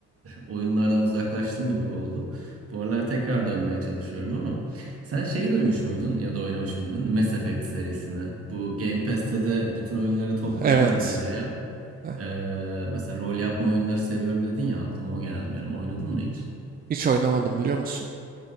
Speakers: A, on the right; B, on the right.
A: oyunlardan uzaklaştım gibi oldu. Bu aralar tekrar dönmeye çalışıyorum ama sen şeyi duymuş muydun ya da oynamış mıydın? Mass Effect serisini. Bu Game Pass'te de bütün oyunları topladılar
B: Evet.
A: bir araya.
B: Heh,
A: Ee, mesela rol yapma oyunları seviyorum dedin ya aklıma o geldi benim. Oynadın mı hiç?
B: Hiç oynamadım biliyor musun?